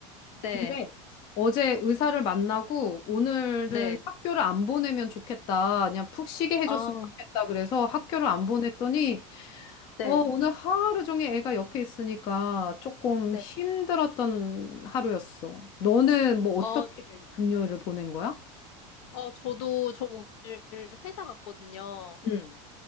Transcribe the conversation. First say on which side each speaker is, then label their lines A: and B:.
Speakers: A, on the left (about 65°); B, on the left (about 25°).
A: 네,
B: 근데 어제 의사를 만나고 오늘은
A: 네.
B: 학교를 안 보내면 좋겠다. 그냥 푹 쉬게 해줬으면
A: 아,
B: 좋겠다. 그래서 학교를 안 보냈더니,
A: 네,
B: 어, 오늘 하루 종일 애가 옆에 있으니까 조금
A: 네.
B: 힘들었던 하루였어. 너는 뭐 어떻게
A: 아, 저-
B: 금요일을 보낸 거야?
A: 아, 저도 저 오늘 회사 갔거든요.
B: 응,